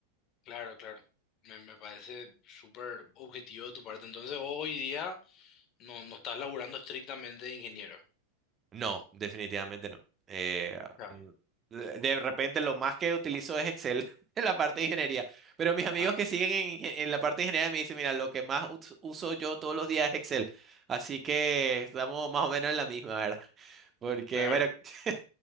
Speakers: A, on the left; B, on the right.
A: claro, claro. Me, me parece súper objetivo de tu parte. Entonces, vos hoy día no, no estás laburando estrictamente de ingeniero.
B: No, definitivamente no. Eh,
A: Claro.
B: mm, de de repente lo más que utilizo es Excel <laughs> en la parte de ingeniería, pero mis amigos
A: Ah, no.
B: que siguen en, ingen- en la parte de ingeniería me dicen, mira, lo que más us- uso yo todos los días es Excel. Así que estamos más o menos en la misma, ¿verdad? <laughs> Porque,
A: Claro.
B: bueno, <laughs>